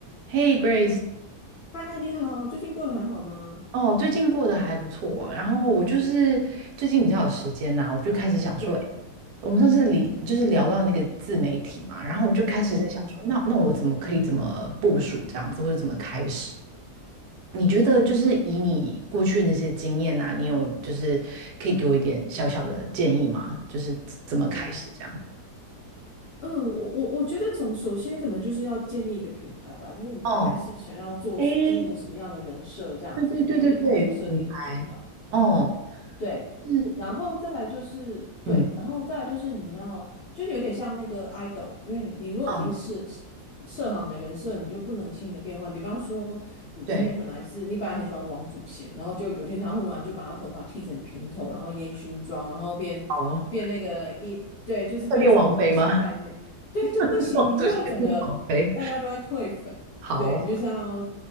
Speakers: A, on the right; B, on the left.
A: Hey Grace，
B: 嗨，你好，最近过得还好吗？
A: 哦，最近过得还不错。然后我就是最近比较有时间呐、我就开始想说，
B: 对，
A: 诶我们上次理就是聊到那个自媒体嘛，然后我就开始在想说，
B: 嗯哼哼，
A: 那那我怎么可以怎么部署这样子，或者怎么开始？你觉得就是以你过去的那些经验呐、你有就是可以给我一点小小的建议吗？就是怎么开始这样？
B: 哦，嗯，我我我觉得从首先可能就是要建立一个品牌吧，就是你大概是想要做经营什么样的人设这样子，
A: 哦，诶，对对对对对，
B: 我觉得一开始设定很重要。
A: 品牌，哦，
B: 对，
A: 是，
B: 然后再来就是对，
A: 嗯
B: 然后再来就是你要，就是有点像那个 idol，因为你你如果已经是
A: 嗯，
B: 设好你的人设，你就不能轻易的变换。比方说，你今天本来是你本来很喜欢王祖贤，
A: 对，
B: 然后就有一天他忽然就把他头发剃成平头，然后烟熏妆，然后变变那个一对，
A: 好哦。
B: 就是变成小太妹，
A: 会变王妃吗？
B: 对就不行，
A: <laughs> 王祖贤变王妃。
B: 你就会整个大家就会退粉，
A: 好
B: 对你就是要